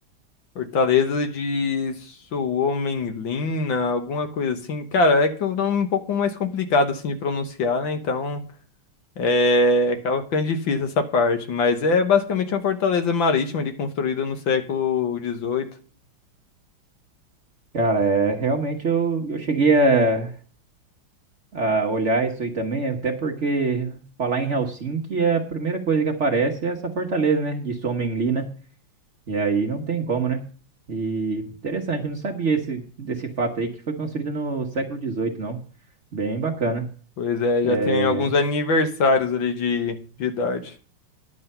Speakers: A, on the left; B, on the right.
A: Fortaleza de Suomenlinna, alguma coisa assim. Cara, é que o nome é um pouco mais complicado assim de pronunciar, né? Então, é, acaba ficando difícil essa parte. Mas é basicamente uma fortaleza marítima ali construída no século XVIII.
B: Cara, é, realmente eu, eu cheguei a, a olhar isso aí também, até porque falar em Helsinki, é a primeira coisa que aparece é essa fortaleza, né, de Suomenlinna. E aí não tem como, né? E interessante, eu não sabia esse, desse fato aí que foi construída no século XVIII, não. Bem bacana.
A: Pois é,
B: É,
A: já tem alguns aniversários ali de, de idade.